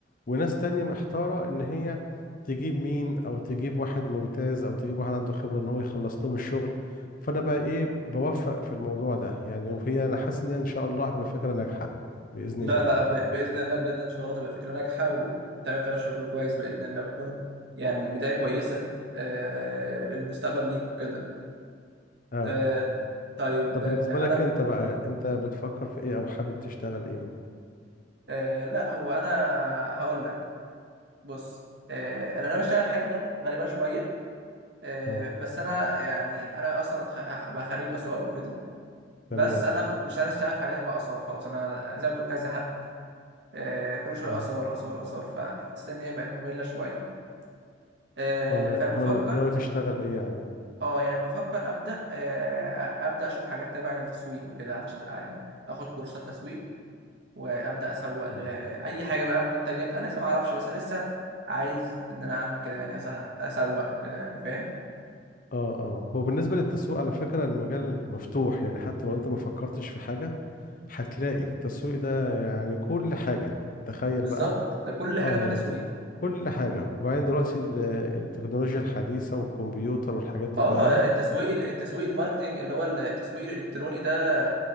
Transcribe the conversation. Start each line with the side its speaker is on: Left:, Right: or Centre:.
Left: وناس تانية محتارة إن هي تجيب مين أو تجيب واحد ممتاز أو تجيب واحد عنده خبرة إن هو يخلص لهم الشغل فأنا بقى إيه بوفق في الموضوع ده يعني وهي أنا حاسس إن هي إن شاء الله هتبقى فكرة ناجحة بإذن
Right: لا
Left: الله
Right: لا
Left: يعني
Right: ب- باذن الله بجد ان شاء الله تبقى فكره ناجحه وتعمل فيها شغل كويس باذن الله وتكون يعني بدايه كويسه آه المستقبل ليك كده
Left: أه
Right: آه طيب
Left: طب
Right: آه،
Left: بالنسبة لك
Right: انا
Left: أنت بقى أنت بتفكر في إيه أو حابب تشتغل إيه؟
Right: آه لا هو انا هقول لك بص آه انا ناوي اشتغل حاجه غريبه شويه آه
Left: أه
Right: بس انا يعني انا اصلا خ- هخ- ابقى خريج اثار وكده
Left: تمام
Right: بس انا مش عايز اشتغل في حاجات تبع اثار خلاص انا زي ما تقول كده زهقت آه كل شويه
Left: أه
Right: اثار اثار اثار فحسيت ان هي بقت ممله شويه آه،
Left: أه أمال
Right: فبفكر
Left: أمال ناوي تشتغل إيه يعني؟
Right: اه يعني بفكر ابدا آه، ابدا اشوف حاجات تبع التسويق وكده عشان يعني اخد كورسات تسويق وابدا اسوق لاي
Left: مم.
Right: حاجه بقى منتجات انا لسه ما اعرفش بس لسه عايز ان انا اعمل كده يعني عايز اسوق وكده يعني فاهم
Left: اه اه هو بالنسبة للتسويق على فكرة المجال مفتوح يعني حتى لو انت ما فكرتش في حاجة هتلاقي التسويق ده يعني كل حاجة تخيل
Right: بالظبط
Left: بقى
Right: ده كل حاجه
Left: اه
Right: فيها
Left: يعني
Right: تسويق
Left: ت- كل حاجة وبعدين دلوقتي ال- التكنولوجيا الحديثة والكمبيوتر والحاجات دي
Right: اه
Left: كلها
Right: التسويق التسويق الماركتنج اللي هو التسويق الالكتروني ده